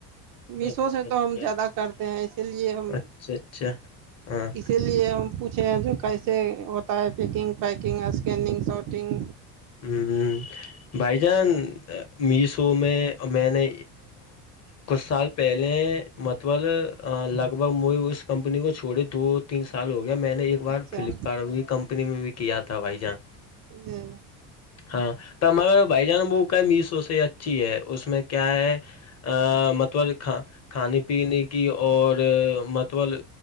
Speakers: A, on the right (about 50°); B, on the left (about 35°).
A: میشو
B: اچھا
A: سے
B: اچھا
A: تو ہم زیادہ کرتے ہیں اسی لیے ہم
B: اچھا اچھا ہاں
A: اسی لیے ہم پوچھے ہیں جو کیسے ہوتا ہے پکنگ پیکنگ اسکیننگ شوٹنگ
B: ہمم ہوں بھائی جان میشو میں میں نے کچھ سال پہلے مطبل لگ بھگ م اس کمپنی کو چھوڑے دو تین سال ہو گیا میں نے ایک بار
A: اچھا
B: فلپکارٹ کمپنی میں بھی کیا تھا بھائی جان
A: دے
B: ہاں تو ہمارا بھائی جان ب کا میشو سے اچھی ہے اس میں کیا ہے مطبل کھانے پینے کی اور مطبل